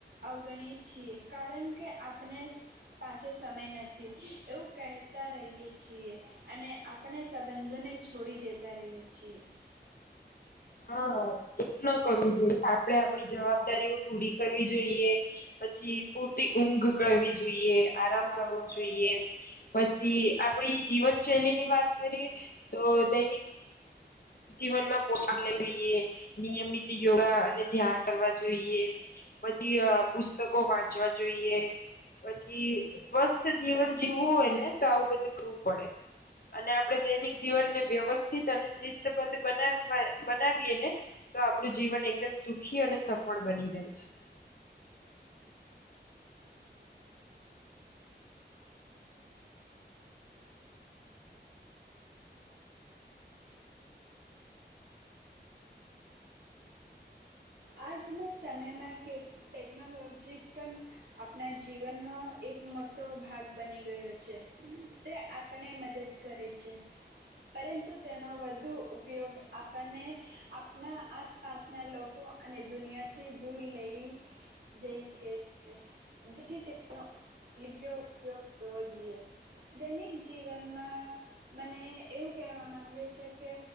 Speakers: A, on the right; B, on the left.
A: અવગણીએ છીએ કારણ કે આપને પાસે સમય નથી એવું કહેતા રહીએ છીએ અને આપણે સંબંધોને છોડી દેતા રહીએ છીએ.
B: હા એવું ના કરવું જોઈએ આપડે આપડી જવાબદારીઓ પૂરી કરવી જોઈએ પછી પૂરતી ઊંઘ કરવી જોઈએ. આરામ કરવો જોઈએ પછી આપડી જીવનશૈલીની વાત કરીએ તો દૈનિક જીવનમાં <unintelligible> નિયમિત યોગા અને ધ્યાન કરવા જોઈએ પછી પુસ્તકો વાંચવા જોઈએ પછી સ્વસ્થ જીવન જીવવું હોય ને તો આવું બધું કરવું પડે અને આપડે દૈનિક જીવનને વ્યવસ્થિત અને શિ બધુ બનાવ બનાવીએને તો આપડું જીવન એકદમ સુખી અને સફળ બની જાય છે.
A: આજના સમયમાં કે ટેકનોલોજી પન આપના જીવનનો એક મોટ મોટો ભાગ બની ગયો છે તે આપણને મદદ કરે છે પરંતુ તેનો વધુ ઉપયોગ આપણને આપણા આસપાસના લોકો અને દુનિયાથી દૂર લઈ જઈ શકે છે, જેથી તેનો યોગ્ય ઉપયોગ કરવો જોઈએ દૈનિક જીવનમાં મને એવું કહેવા માંગે છે કે